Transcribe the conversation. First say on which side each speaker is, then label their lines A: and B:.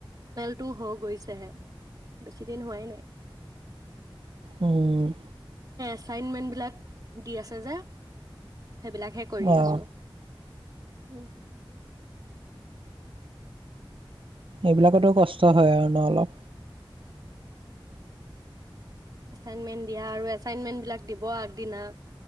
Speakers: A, on the right; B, on the right.
A: <unintelligible> গৈচেহে বেচি দিন হোৱা এ নাই।
B: উম।
A: এছাইনমেণ্ট বিলাক দি আছে যে। সেইবিলাকহে কৰি
B: অ',
A: আছো উ
B: এইবিলাকতো কষ্ট হয় আৰু ন অলপ
A: এচাইণ্ডমেনদিয়া আৰুএচাইণ্ডমেন বিলাক দিব আগদিনা